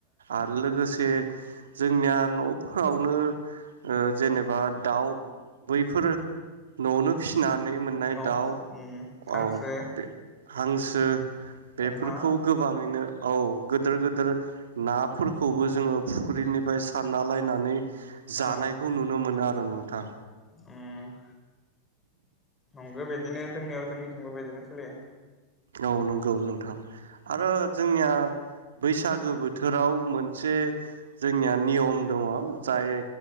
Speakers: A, on the right (about 65°); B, on the left (about 15°).
A: आरो लोगोसे जोंनिया नफोरावनो ओ जेनेबा दाउ बै फोरो नआवनो फिसि नानै मोननाय
B: उनाव
A: दाउ
B: उम हांसो
A: औ बे हांसो बेफोरखौ
B: अमा
A: गोबाङैनो औ गोदोर गोदोर नाफोरखौबो जोङो फुख्रिनिफ्राय सारना लायनानै जानायखौ
B: ओ
A: नुनो मोनो आ <inaudible> थां
B: उम नंगो बेदिनो जोंनियाव जोंनि थिंबो बेदिनो सलियो
A: औ नं गौ नोंथां आरो जोंनिया बैसागो बोथोराव मोन से जोंनिया नियम दङ जाय